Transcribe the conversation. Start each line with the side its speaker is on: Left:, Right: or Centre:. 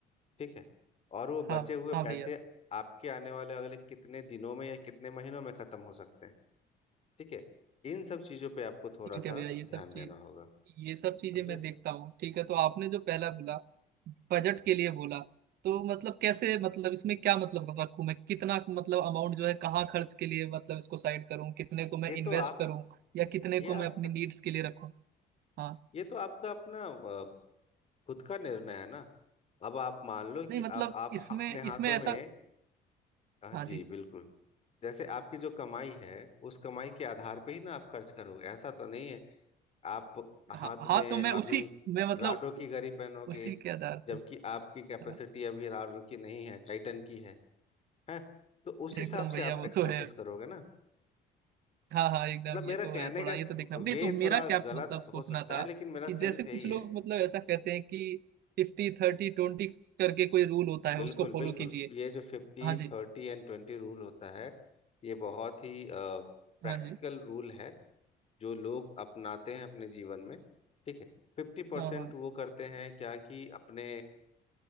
Left: ठीक है और वो
Right: हाँ
Left: बचे हुए
Right: हाँ
Left: पैसे
Right: भैया
Left: आपके आने वाले अगले कितने दिनों में या कितने महीनों में खत्म हो सकते हैं ठीक है इन सब चीजों पे आपको थोड़ा
Right: ठीक
Left: सा
Right: है भैया ये
Left: ध्यान
Right: सब चीज
Left: देना होगा
Right: ये सब चीजें
Left: समझे
Right: मैं देखता हूँ ठीक है तो आपने जो पहला बोला बजट के लिए बोला तो मतलब कैसे मतलब इसमें क्या मतलब रखूं मैं कितना मतलब अमाउंट जो है कहाँ खर्च के लिए मतलब इसको साइड करूँ कितने को मैं
Left: ये तो
Right: इन्वेस्ट
Left: आप
Right: करूँ या कितने
Left: ये आपका
Right: को मैं अपनी नीड्स के लिए रखूँ हाँ
Left: ये तो आपका अपना अ, खुद का निर्णय है ना अब आप मान लो
Right: नहीं
Left: कि
Right: मतलब
Left: अब आप
Right: इसमें
Left: हा- अपने हाथों
Right: इसमें ऐसा
Left: में अ,
Right: हाँ
Left: जी
Right: जी
Left: बिल्कुल जैसे आपकी जो कमाई है उस कमाई के आधार पे ही ना आप खर्च करोगे ऐसा तो नहीं है आप हाथ
Right: हाँ हाँ
Left: में
Right: तो मैं
Left: अभी
Right: उसी मैं मतलब
Left: राडो की घड़ी पहनोगे
Right: उसी के आधार
Left: जबकि
Right: पे
Left: आपकी कैपेसिटी
Right: हाँ
Left: अभी राडो की नहीं है टाइटन की है हैं तो उस हिसाब
Right: एकदम भैया
Left: से आप
Right: वो
Left: एक्सपेंसेस
Right: तो है
Left: करोगे ना
Right: हाँ हाँ एकदम
Left: मतलब मेरा
Right: ये तो
Left: कहने
Right: है थोड़ा
Left: का
Right: ये तो देखना नहीं
Left: वे
Right: तो मेरा
Left: थोड़ा
Right: क्या
Left: गलत
Right: मतलब सोचना
Left: हो सकता
Right: था
Left: है लेकिन मेरा
Right: कि
Left: सेंस
Right: जैसे कुछ
Left: यही
Right: लोग
Left: है
Right: मतलब ऐसा कहते हैं कि फिफ्टी थर्टी ट्वेंटी करके कोई रूल होता है
Left: बिल्कुल
Right: उसको फॉलो
Left: बिल्कुल
Right: कीजिए
Left: ये जो fifty
Right: हाँ जी
Left: thirty and twenty rule होता है ये बहुत ही प्रैक्टिकल
Right: हाँ जी
Left: रूल है जो लोग अपनाते हैं अपने जीवन में ठीक है फिफ्टी परसेंट
Right: हाँ हाँ
Left: वो करते हैं क्या कि अपने